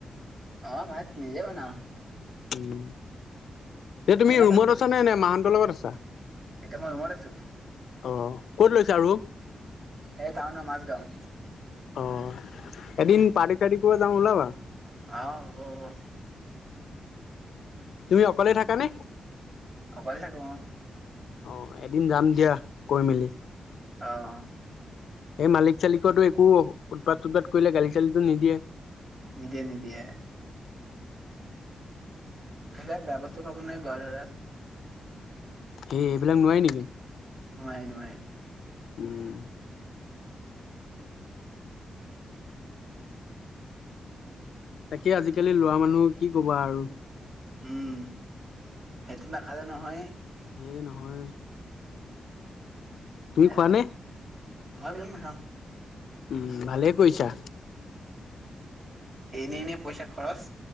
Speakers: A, on the right; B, on the left.
A: অ' ভাত নিজে বনাও।
B: উ, এতিয়া তুমি
A: কোনে
B: ৰুমত
A: ভাত বনাই?
B: আছা নে নে মাহন্তৰ লগত আছা?
A: এতিয়া মই উমৰেছো।
B: অ', ক'ত লৈছা ৰুম?
A: এই টাউনৰ মাজগাঁও।
B: অ', এদিন পাৰেি চাৰি ক যামওঁ ওলাবা।
A: অ'।
B: তুমি অকলে থাকানে
A: অ কল ক
B: অ এদিন যাম দিয়া কৈ মেলি
A: অঁ
B: সেই মালিক চালিকটো একো উৎপাত চটপাত কৰিলে গালি চালিটো নিদিয়ে
A: নিদে নিদিয়ে সেয়া বে বস্তা খাব নাই বাৰু দজাত
B: সেই এইবিলাক নোৱাই নেকি
A: নমাই নোোৱাই
B: উম, তাকে আজিকালি লৰা মানুহ কি কবা আৰু
A: উম সেইটো নাখালে নহয়
B: এইে নহয় তুমি
A: এ
B: খোৱানে?
A: মইবিলাক নাখাওঁ
B: উম ভালে কৰিৈছা
A: এনেই এনে পইচা খৰচ